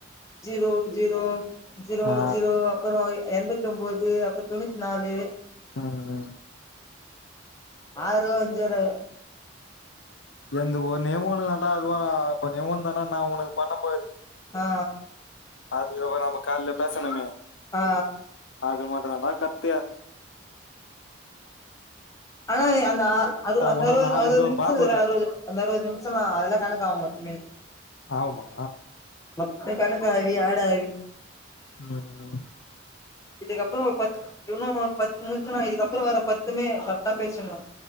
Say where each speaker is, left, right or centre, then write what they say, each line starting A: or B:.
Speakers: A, on the left; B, on the left.
A: ஜீரோ ஜீரோ ஜீரோ
B: ஆ
A: ஜீரோ அப் ரோம் என் தொம்பது அப்ப தொண்ணூத்தி நாலு
B: ஆஹா ஆஹா
A: ஆறோ அஞ்சரோ
B: எந்து ஓன்னே ஒண்ணுதான் அப்பா இருக்கவ ஒன்னே ஒன்னு நான் உனக்கு பண்ண பாரு
A: ஆ
B: அது இவ நம் இப்ப காலல பேசணனே
A: ஆ
B: அது மாட்ட தான்டா கத்தயா
A: ஆனா அந்த அ அந்த
B: உன்னா
A: அறுபது
B: நாலு இதோ
A: நிமிஷம்
B: பாபு
A: அந்த அறுபது நிமிஷம் அறுபது பலாம் அதெல்லாம் கணக்காக மொத்தமே
B: ஆமா
A: மொத்த கணக்கும் இவி ஆடவி
B: உம்
A: இதுக்கப்புறம் பத்து இன்னும் பத்து முடிச்சுன்னா இதுக்கப்புறம் வர பத்துமே தான் பேச்சணும்